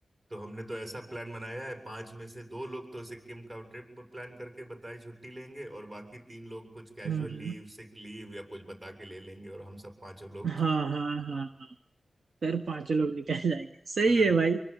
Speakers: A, on the right (about 35°); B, on the right (about 70°).
A: तो हमने तो ऐसा प्लान बनाया है पांच में से दो लोग तो सिक्किम का ट्रिप प्लान करके बताई छुट्टी लेंगे और बाकी तीन लोग कुछ कैजुअल
B: हम्म हम्म।
A: लीव सिक लीव या कुछ बता के ले लेंगे और हम सब पांचों लोग
B: हाँ
A: <laughs>
B: हाँ हाँ हाँ फिर पांचों लोग निकल जाएंगे सही
A: अगर
B: है भाई